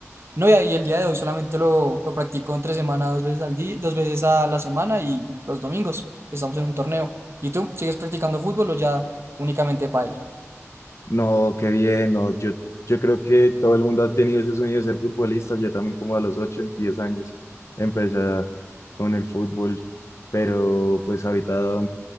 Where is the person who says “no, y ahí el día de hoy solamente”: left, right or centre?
Right